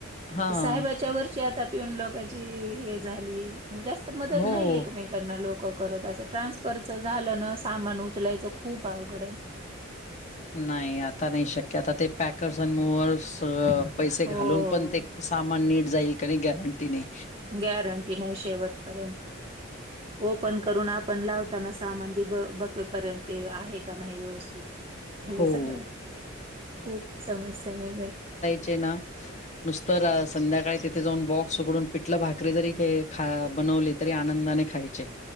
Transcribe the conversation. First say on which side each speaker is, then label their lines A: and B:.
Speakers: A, on the left; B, on the right.
A: हा.
B: ते साहेबाच्या वरची आता पिऊन लोकाची हे झाली जास्त मदत
A: हो.
B: नाही एकमेका त्यांना लोकं करत असे ट्रान्सफरच झालं ना सामान उचलायचं खूप अवघड आहे.
A: नाय आता नाय शक्य आता ते पॅकर्स अन मुव्हर्स अ- पैसे
B: हो
A: घालवून पण ते सामान नीट जाईल का नाही गॅरंटी नाय.
B: गॅरंटी नाय शेवटपर्यंत. ओपन करून आपण लावताना सामान ते ब- बघ तो पर्यंत ते आहे का नाही व्यवस्थित हे
A: हो
B: सगळं खूप समस्याने
A: चे ना नुसत रा -संध्याकाळी तिथे जाऊन बॉक्स उकडून पिठलं भाकरी जरी के आ - बनवले तरी आनंदाने खायचे.